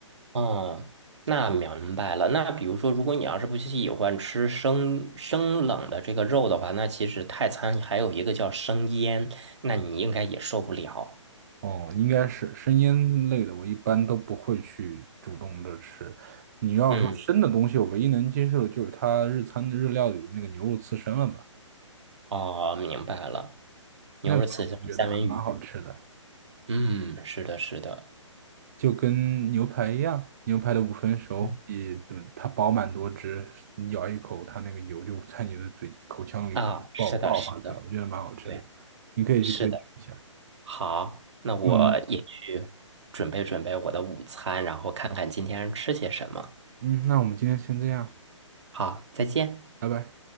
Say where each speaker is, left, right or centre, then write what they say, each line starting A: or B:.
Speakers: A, on the right; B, on the right.
A: 哦，那明白了。那比如说，如果你要是不喜欢吃生生冷的这个肉的话，那其实泰餐还有一个叫生腌，那你应该也受不了。
B: 哦，应该是生腌类的，我一般都不会去主动的吃。你要说生的东西，
A: 嗯，
B: 我唯一能接受的就是它日餐的日料里的那个牛肉刺身了吧，
A: 哦，明白了。牛肉刺身、
B: 那个我觉得还蛮好吃的。
A: 三文鱼。嗯，是的，是的。
B: 就跟牛排一样，牛排的五分熟也，
A: 嗯，
B: 嗯它饱满多汁，咬一口，它那个油就在你的嘴口腔里爆爆发出来，
A: 啊，是的，是的，
B: 我觉得蛮好吃的，
A: 对，
B: 你可以去推荐一下。
A: 是的。好，那我也去准备准备我的午餐，
B: 那我们，
A: 然后看看今天吃些什么。
B: 嗯，那我们今天先这样，
A: 好，再见。
B: 拜拜。